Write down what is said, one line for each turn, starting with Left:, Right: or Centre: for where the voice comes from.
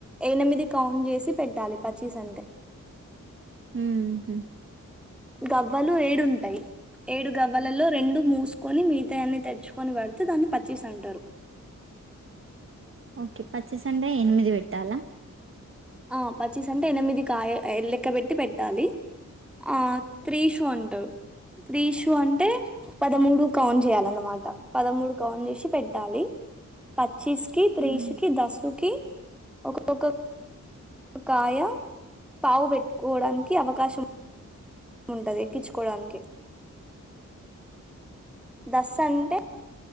Centre: ఎనిమిది కౌంట్ చేసి పెట్టాలి పచ్చీస్ అంటే
Right: హమ్
Centre: గవ్వలు ఏడుంటాయి ఏడు గవ్వలలో రెండు మూసుకొని మిజితాయన్నీ తెరూచ్చుకొని పడతాయి. అతే దాన్ని పచ్చిష్ అంటారు
Right: ఓకే పచ్చి అంటే ఎనిమిది పెట్టాలా
Centre: ఆ పచ్చీస్ అంటే ఎనిమిది కాయలు లెక్క పెట్టి పెట్టాలి ఆ త్ర్రిసు అంటరు త్రీసు అంటే పదమూడు కౌంట్ చేయాలన్నమాట పదమూడు కౌంట్ చేసి పెట్టాలి ప పచ్చిస్కి త్రేసుకి
Right: ఉహు
Centre: దసుకి ఒకోక్క కాయ పావు పెట్ కోవడానికి అవకాశం ఉంటది ఎక్కించుకోడానికి దాస్ అంటే